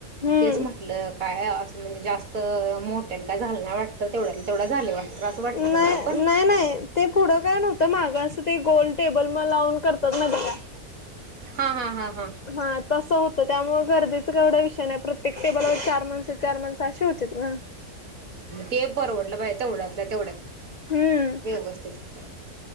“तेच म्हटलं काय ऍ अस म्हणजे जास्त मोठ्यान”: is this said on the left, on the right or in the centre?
Right